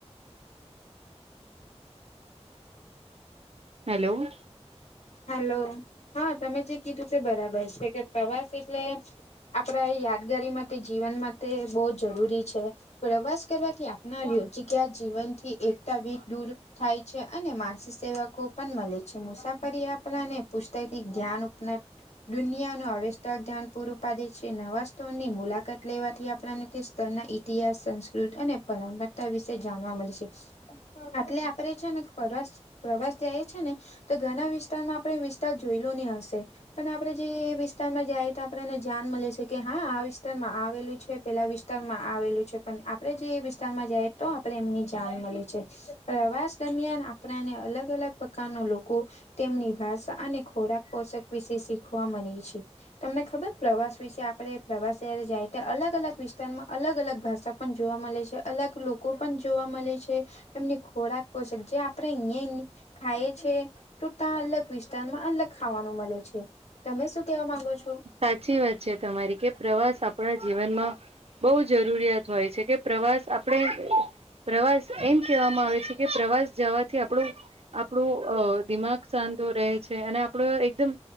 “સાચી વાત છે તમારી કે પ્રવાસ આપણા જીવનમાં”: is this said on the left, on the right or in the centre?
Right